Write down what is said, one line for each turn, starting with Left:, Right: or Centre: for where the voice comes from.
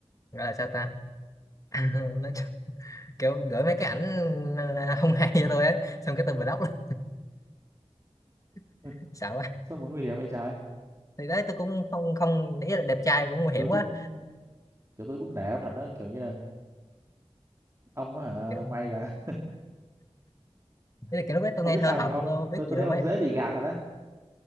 Left: gọi là sao ta <laughs> nói chung, kiểu gửi mấy cái ảnh ờ, không hay cho tôi ấy xong cái tôi block luôn <laughs>
Right: <laughs>
Left: sợ quá
Right: sao mà nguy hiểm vậy trái
Left: thì đấy tôi cũng không không để ý là đẹp trai cũng nguy hiểm
Right: tôi
Left: quá
Right: cũng kiểu tôi cũng nể ông thật đó kiểu như là ông á hả
Left: kiểu,
Right: may là
Left: ý là kiểu
Right: <laughs>
Left: lúc đấy tôi
Right: không
Left: ngây
Right: biết
Left: thơ
Right: sao
Left: hợp
Right: nhưng mà
Left: tôi
Right: ông
Left: không biết
Right: tôi tôi
Left: gì luôn
Right: thấy ông
Left: ấy
Right: dễ bị gạt thật á